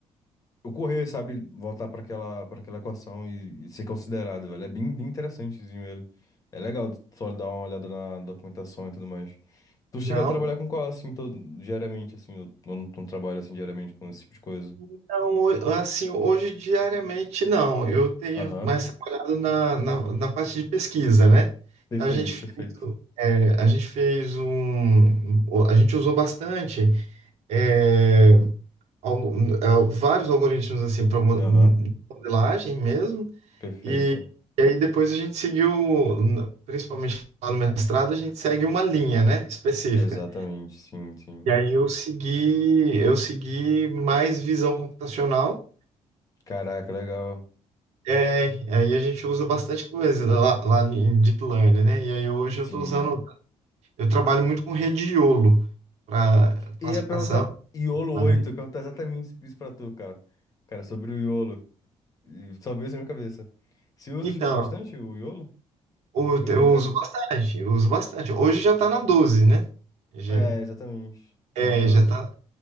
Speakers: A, on the left; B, on the right.
A: ocorrer, sabe? Voltar pra aquela, para aquela equação e, e ser considerado, velho. É bem, bem interessantezinho ele. É legal só dar uma olhada na documentação e tudo mais. Tu chega
B: Não,
A: a trabalhar com qual, assim, todo, diariamente, assim, eu não, não trabalho, assim, diariamente com esse tipo de coisa.
B: Então, ho- assim, hoje diariamente não, eu tenho
A: Aham.
B: mais trabalhado na, na, na parte de pesquisa, né?
A: Perfeito,
B: Então, a gente fez,
A: perfeito.
B: é, a gente fez um, a gente usou bastante é, algu- é, vários algoritmos assim para modelagem
A: Aham.
B: mesmo,
A: Perfeito.
B: e, e aí depois a gente seguiu, n- principalmente lá no mestrado, a gente segue uma linha, né, específica.
A: Exatamente, sim, sim.
B: E aí eu segui, eu segui mais visão computacional.
A: Caraca, legal.
B: É, aí a gente usa bastante coisa lá, lá em Deep Learning, né? E aí hoje
A: Sim.
B: eu estou usando, eu trabalho muito com rede de YOLO para classificação,
A: E ia perguntar iolo
B: né?
A: oito ia perguntar exatamente isso pra tu, cara. Cara, sobre o iolo. E Só veio isso na minha cabeça. Se usa,
B: Então,
A: tipo, bastante o iolo?
B: o-
A: Eu
B: eu
A: nunca.
B: uso bastante, eu uso bastante. Hoje já está na 12, né? Já,
A: É, exatamente. Tá
B: é,
A: no doze
B: já tá,